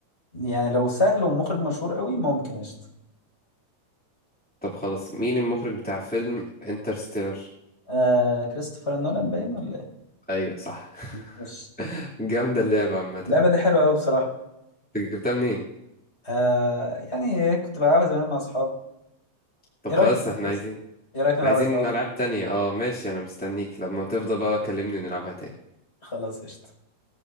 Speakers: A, on the left; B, in the centre.
A: يعني لو سهل ومخرج مشهور قوي ممكن قشطة
B: طب خلاص مين المخرج بتاع فيلم انترستيلر
A: آه كريستوفر نولان باين ولا
B: ايوه صح
A: ايه ماشي
B: <laughs> جامدة اللعبة عامة
A: اللعبة
B: أنت
A: دي حلوة أوي بصراحة
B: جبتها منين
A: آه يعني كنت بلعبها زمان مع أصحابي
B: طب
A: إيه رأيك
B: خلاص احنا
A: بص
B: عايزين
A: إيه رأيك
B: احنا
A: نلعبها
B: عايزين
A: سوا
B: ألعاب تانية اه ماشي انا مستنيك لما تفضى بقى كلمني نلعبها تاني
A: خلاص قشطة